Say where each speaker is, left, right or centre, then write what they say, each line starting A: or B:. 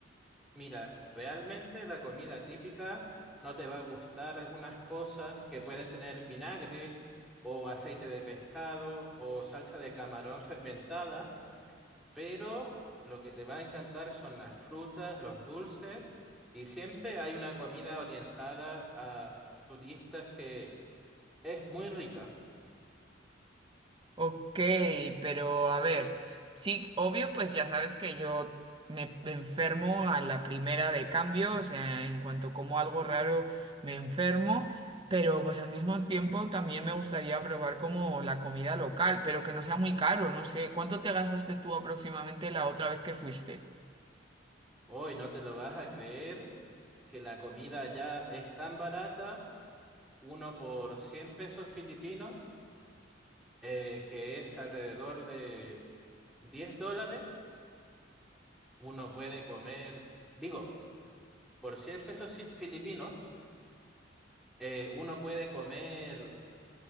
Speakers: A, in the centre; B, on the right.
A: Mira, realmente la comida típica no te va a gustar algunas cosas que pueden tener vinagre o aceite de pescado o salsa de camarón fermentada pero lo que te va a encantar son las frutas, los dulces, y siempre hay una comida orientada a turistas que es muy rica.
B: Ok, pero a ver, sí, obvio, pues ya sabes que yo me enfermo a la primera de cambio, o sea, en cuanto como algo raro me enfermo, pero pues al mismo tiempo también me gustaría probar como la comida local, pero que no sea muy caro, no sé, ¿cuánto te gastaste tú aproximadamente la otra vez que fuiste?
A: Hoy no te lo vas a creer que la comida ya es tan barata, uno por 100 pesos filipinos, eh, que es alrededor de 10 dólares, uno puede comer, digo, por 100 pesos fi- filipinos, eh, uno puede comer